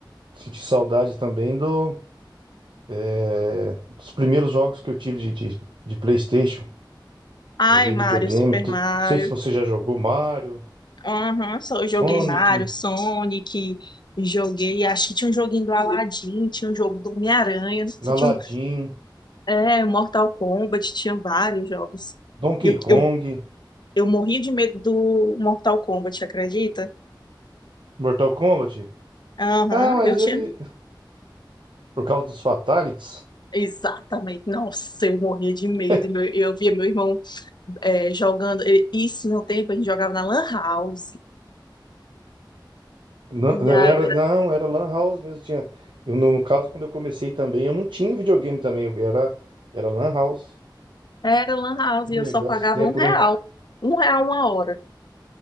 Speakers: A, on the right; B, on the left.
A: senti saudade também do, é, dos primeiros jogos que eu tive de, de, de PlayStation.
B: Ai,
A: Joguei
B: Mario,
A: videogame.
B: Super
A: tu-
B: Mario.
A: Não sei se você já jogou Mario,
B: Aham, só eu joguei
A: Sonic,
B: Mario, Sonic, joguei. Acho que tinha um joguinho do Aladdin, tinha um jogo do Homem-Aranha, não sei se
A: Aladdin,
B: tinha um, é, Mortal Kombat, tinha vários jogos.
A: Donkey
B: E Eu,
A: Kong,
B: eu, eu morri de medo do Mortal Kombat, acredita?
A: Mortal Kombat.
B: Aham,
A: Ah, mas
B: eu tinha.
A: ele. Por causa dos Fatalities.
B: Exatamente. Nossa, eu morria de medo.
A: <laughs>
B: Meu- Eu via meu irmão é, jogando. E- Isso no tempo a gente jogava na Lan House.
A: Não,
B: E aí
A: era, não, era Lan House mesmo. Tinha, eu, no caso, quando eu comecei também, eu não tinha videogame também. eu era, era Lan House.
B: era Lan House
A: Que
B: e
A: legal
B: eu só pagava
A: esse tempo,
B: um real.
A: né?
B: Um real uma hora.